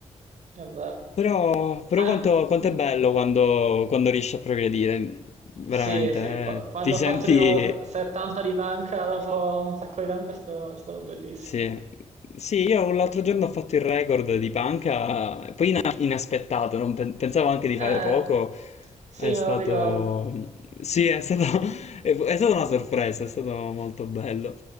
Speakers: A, on the right; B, on the left.
A: vero.
B: Però, però
A: An-
B: quanto, quanto
A: mm.
B: è bello quando, quando riesci a progredire, veramente,
A: sì, sì,
B: eh.
A: qu- quando
B: Ti senti,
A: ho fatto di nuovo se- 70 di panca dopo un sacco di tempo è stato, è stato bellissimo.
B: Sì. Sì, io l'altro giorno ho fatto il record di panca, poi ina- inaspettato, non pen- pensavo anche di fare
A: Eh,
B: poco.
A: sì,
B: È stato...
A: me lo ricordo.
B: Sì, è stato... <laughs> è è stata una sorpresa, è stato molto bello.